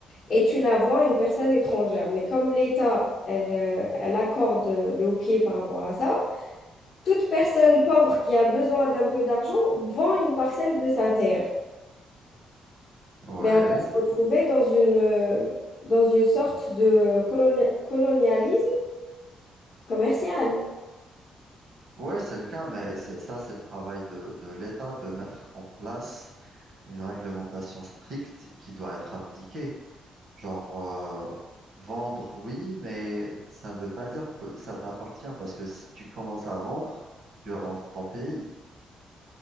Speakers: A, on the left; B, on the right.
A: et tu la vends à une personne étrangère. Mais comme l'État, elle, euh, elle accorde le ok par rapport à ça, toute personne pauvre qui a besoin d'un peu d'argent vend une parcelle de sa terre.
B: ouais.
A: Mais on va se retrouver dans une, euh, dans une sorte de colonia- colonialisme commercial.
B: Ouais, c'est le cas, mais c'est ça, c'est le travail de, de l'État de mettre en place une réglementation stricte qui doit être appliquée. Genre, euh, vendre, oui, mais ça ne veut pas dire que ça t'appartient, parce que si tu commences à vendre, tu vas vendre ton pays.